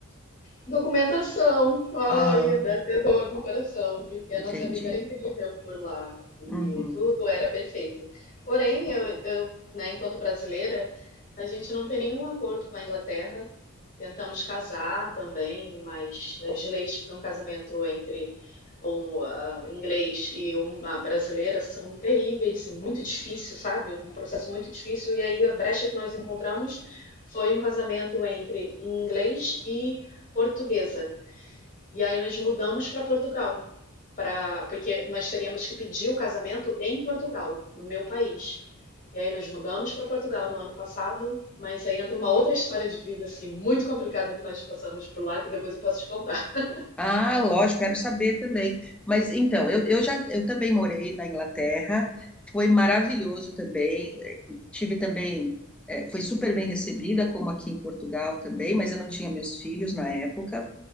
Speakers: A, on the left (about 40°); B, in the centre.
A: Documentação. Ai,
B: Ah,
A: dá até dor no coração, porque a
B: entendi.
A: nossa vida era incrível por lá e
B: Uhum.
A: tudo era perfeito. Porém, eu, eu, né, enquanto brasileira, a gente não tem nenhum acordo com a Inglaterra. Tentamos casar também, mas as leis para um casamento entre um ah, inglês e uma brasileira são terríveis, assim, muito difícil, sabe? Um processo muito difícil. E aí a brecha que nós encontramos foi um casamento entre inglês e portuguesa. E aí nós mudamos para Portugal, pra, porque nós teríamos que pedir o casamento em Portugal, no meu país. E aí nós mudamos para Portugal no ano passado, mas aí entra uma outra história de vida assim muito complicada que nós passamos por lá, que depois eu posso te contar. <laughs>
B: Ah, lógico, quero saber também. Mas então, eu, eu já eu também morei na Inglaterra, foi maravilhoso também. eh, eu Tive também, eh, foi super bem recebida, como aqui em Portugal também, mas eu não tinha meus filhos na época.